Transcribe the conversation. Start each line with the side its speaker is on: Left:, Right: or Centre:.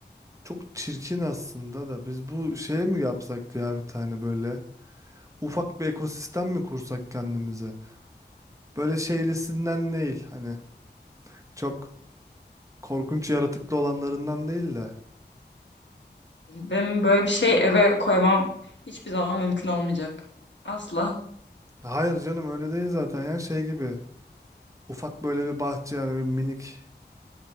Right: çok çirkin aslında da biz bu şeye mi yapsak ya bir tane böyle? ufak bir ekosistem mi kursak kendimize? Böyle şeylisinden değil hani çok korkunç yaratıklı olanlarından değil de.
Left: Benim böyle bir şey eve koymam hiçbir zaman mümkün olmayacak. Asla.
Right: Hayır canım öyle değil zaten ya şey gibi. Ufak böyle bir bahçe yani bir minik